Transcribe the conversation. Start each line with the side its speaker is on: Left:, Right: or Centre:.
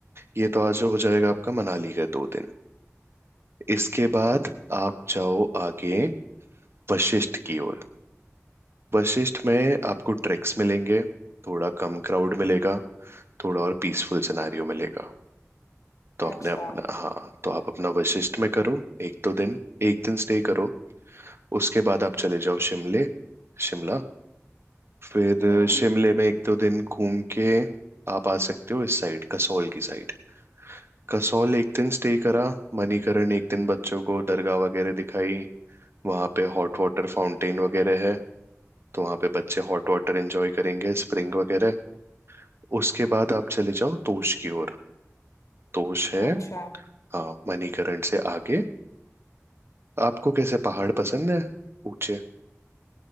Right: ये तो आज हो जाएगा आपका मनाली का दो दिन इसके बाद आप जाओ आगे वशिष्ठ की ओर वशिष्ठ में आपको ट्रैक्स मिलेंगे थोड़ा कम क्राउड मिलेगा थोड़ा और पीसफुल सिनेरियो मिलेगा तो आपने
Left: अच्छा
Right: अपना हाँ तो आप अपना वशिष्ठ में करो एक दो दिन एक दिन स्टे करो उसके बाद आप चले जाओ शिमले शिमला फिर
Left: हम्म
Right: शिमले में एक दो दिन घूम के आप आ सकते हो इस साइड कसौल की साइड कसौल एक दिन स्टे करा मणिकरण एक दिन बच्चों को दरगाह वगैरह दिखाई वहाँ पे हॉट वाटर फाउंटेन वगैरह है तो वहाँ पे बच्चे हॉट वाटर एंजॉय करेंगे स्प्रिंग वगैरह उसके बाद आप चले जाओ तोश की ओर तोश है
Left: अच्छा
Right: हाँ मणिकरण से आगे आपको कैसे पहाड़ पसंद है ऊंचे